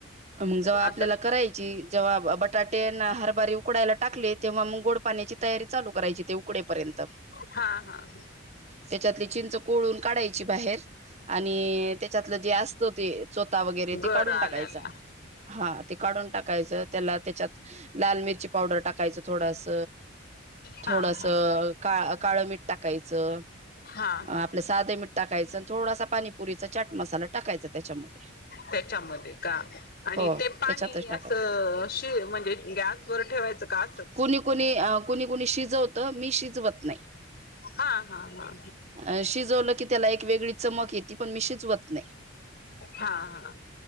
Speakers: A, on the right; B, on the left.
A: मग जेव्हा
B: आता
A: आपल्याला करायची. जवा ब बटाटे न हरबारे उकडायला टाकले, तेव्हा मग गोड पाण्याची तयारी चालू करायची ते उकडेपर्यंत.
B: हा हां हां.
A: त्याच्यातली चिंच कोळून काढायची बाहेर आणि त्याच्यातलं जे असत ते चोथा वगैरे ते
B: गर
A: काढून टाकायचा.
B: आल्याला
A: हा ते काढून टाकायच. त्याला त्याच्यात लाल मिरची पावडर टाकायचं थोडस.
B: हा
A: थोडस
B: हा
A: काळ काळं मीठ टाकायचं.
B: हा
A: अ
B: हा
A: आपलं साधं मीठ टाकायचं आणि थोडासा पाणीपुरीचा चाट मसाला टाकायचा त्याच्यामध्ये
B: त्याच्यामध्ये का आणि
A: हो
B: ते पाणी
A: त्याच्यातच टाकाय
B: अस म्हणजे गॅस वर ठेवायचं का असंच?
A: कुणी, कुणी, कुणी, कुणी शिजवत मी शिजवत नाही
B: हा हा हा
A: अ शिजवलं की त्याला एक वेगळी चमक येते पण मी शिजवत नाही.
B: हा हा